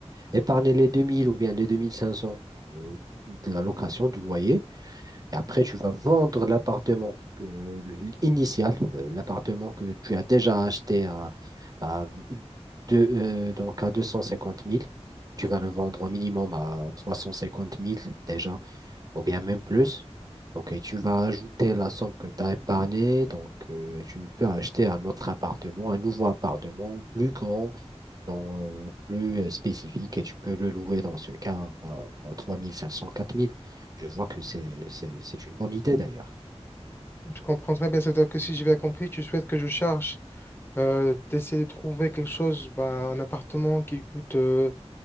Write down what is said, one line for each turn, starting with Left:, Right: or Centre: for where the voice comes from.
Right: Épargner les 2000 ou bien les 2500 euh, de la location, du loyer. Et après, tu vas vendre l'appartement que- initial, euh, l'appartement que tu as déjà acheté à, à, deux- euh, donc à 250 000. Tu vas le vendre au minimum à 350 000 déjà, ou bien même plus. Donc, et tu vas ajouter la somme que tu as épargnée. Donc, euh, et tu peux acheter un autre appartement, un nouveau appartement plus grand, ton, euh, plus euh, spécifique et tu peux le louer dans ce cas à 3500, 4000. Je vois que c'est, c'est, c'est une bonne idée d'ailleurs.
Left: Je comprends très bien. C'est-à-dire que si j'ai bien compris, tu souhaites que je cherche euh, d'essayer de trouver quelque chose, bah, un appartement qui coûte euh,